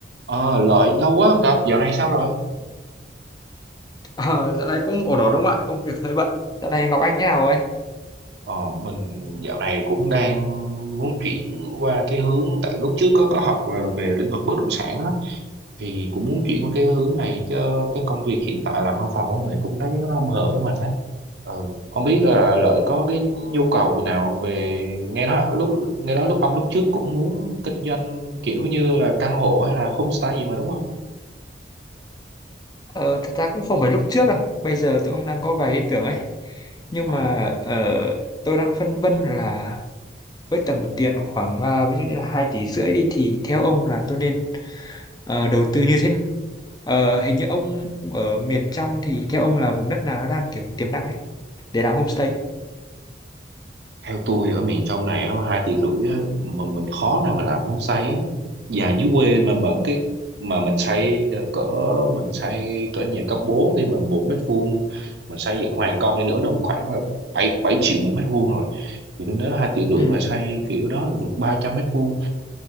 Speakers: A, on the right; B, on the left.
A: Ờ, Lợi lâu quá không gặp, dạo này sao rồi?
B: Ờ, dạo này cũng ổn ổn đúng không ạ? Công việc hơi bận. Dạo này Ngọc Anh thế nào ấy?
A: Ờ, mình dạo này cũng đang muốn chuyển qua cái hướng, tại lúc trước có có học ờ, về lĩnh vực bất động sản á, thì cũng muốn chuyển qua cái hướng này chứ cái công việc hiện tại làm văn phòng á, mình cũng thấy nó không hợp với mình á. Ừ. Không biết là Lợi có cái nhu cầu nào về nghe nói lúc nghe nói lúc ông lúc trước cũng muốn kinh doanh kiểu như là căn hộ hay là homestay gì mà đúng không?
B: Ờ, thật ra cũng không phải lúc trước đâu. Bây giờ tôi cũng đang có vài ý tưởng ấy. Nhưng
A: Ờ.
B: mà ờ, tôi đang phân vân là với tầm tiền khoảng à, ví dụ như là 2 tỷ rưỡi đi thì theo ông là tôi nên ờ, đầu tư như thế nào? Ờ, hình như ông, ông ở miền trong thì theo ông là vùng đất nào nó đang kiểu tiềm năng ấy để làm homestay?
A: theo tôi ở miền trong này á, mà hai tiếng rưỡi á, mà mình khó nào mà làm homestay á. Nhà dưới quê mà mà cái mà mình xây cỡ mình xây cỡ nhà cấp 4 thì mà một mét vuông mà xây dựng hoàn công đi nữa nó khoảng là bảy bảy triệu một mét vuông rồi thì tôi nói hai triệu rưỡi
B: Ừ.
A: mà xây kiểu đó là được ba trăm mét vuông